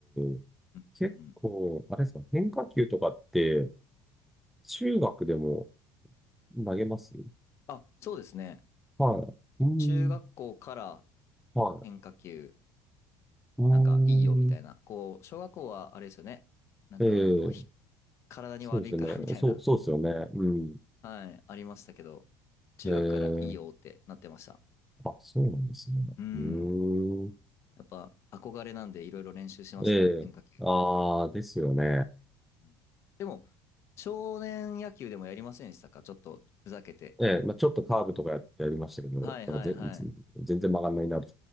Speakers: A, in the centre; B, on the left.
A: え
B: うん、
A: 結構、
B: うん。
A: あれですか、変化球とかって、中学でも投げます
B: あ、そうですね。
A: はい。うーん、
B: 中学校から
A: はい。
B: 変化球。
A: うーん、
B: なんかいいよみたいな。こう、小学校はあれですよね。なんかあの、
A: ええ
B: ひ体に悪いからみたいな。
A: そうですよね。そう、そうですよね。うん。
B: はい、ありましたけど、中学からいいよってなってました。
A: ええあ、そうなんですね。
B: うん。
A: うーん。
B: やっぱ憧れなんでいろいろ練習しました。
A: ええ。
B: 変化球。
A: ああ、ですよね。
B: うんでも、少年野球でもやりませんでしたかちょっとふざけて。
A: ええ、まあ、ちょっとカーブとかや、やりましたけど、
B: はいはいはい。
A: なんか全全全然曲がんないなと